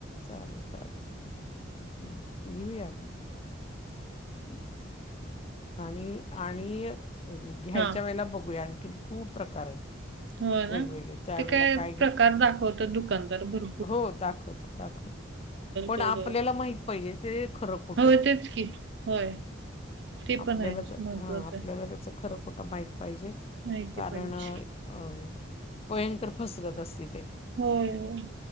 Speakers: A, on the left; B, on the right.
A: चालेल चालेल, घेऊया आपण. <unintelligible> आणि आणि घ्यायच्या
B: हां.
A: वेळेला बघूया, आणखीन खूप प्रकार आहेत.
B: होय ना,
A: वेगवेगळे त्यावेेळेला
B: ते काय
A: घ्याय
B: प्रकार दाखवतात दुकानदार भर
A: हो, दाखवतात दाखवत, पण
B: तेवढं.
A: आपल्याला माहित पाहिजे ते खरं, खोट.
B: होय तेच की. होय. ते
A: आपल्याला
B: पण आहेच
A: जर
B: महत्त्वाचं
A: हा, आपल्याला
B: आहे
A: त्याच खरं, खोटं माहित पाहिजे.
B: माहिती
A: कारण
B: पाहिजे.
A: अं भयंकर फसवत असतील.
B: होय, होय.